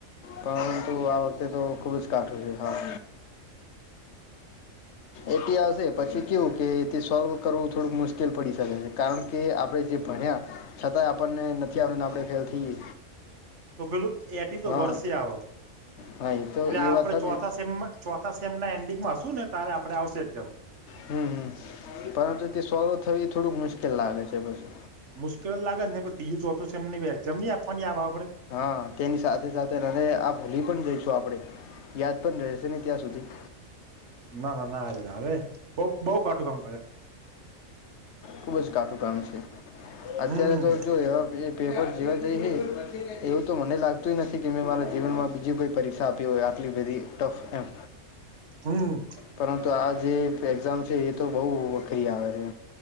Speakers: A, on the left; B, on the right.
A: પરંતુ આ વખતે તો ખુબ જ કાઠુ છે હા. એટી આવશે પછી કેવું કે તે સોલ્વ કરવું થોડુંક મુશ્કેલ પડી શકે છે. કારણ કે આપડે જે ભણ્યા છતાંય આપણને નથી આવડતું ને આપણે ફેલ થઈએ.
B: તો પેલું એટી તો
A: હા
B: વર્ષે આવ.
A: હા એ તો
B: એટલે આપડે
A: એ વાત સાચી
B: ચોથા સેમમાં ચો થા સેમના એન્ડિંગમાં હશું ને તારે આપડે આવશે એક્ઝામ.
A: હમ હમ પરંતુ તે સોલ્વ થવી એ થોડુંક મુશ્કેલ લાગે છે પછી.
B: મુશ્કેલ લાગે ને પછી તીજી ચોથું સેમની એક્ઝામ ની આપવાની આપણે.
A: હા તેની સાથે સાથે રેડ અને આ ભોલી પણ જઈશું આપડે યાદ પણ રહેશે ને ત્યાં સુધી
B: ના ના ના અરે ના અરે બઉ બઉ કાટું કામ કરે
A: ખુબ જ કાટું કામ છે અત્યારે
B: હમ
A: તો જોય પેપર જવા જઈ હ એવું તો મને લાગતુંય નથી કે મેં મારા જીવનમાં બીજું કોઈ પરીક્ષા આપી હોય આટલી બધી ટફ એમ
B: હમ
A: પરંતુ આ જે એક્ઝામ છે એ તો બહુ વખરી આવે છે.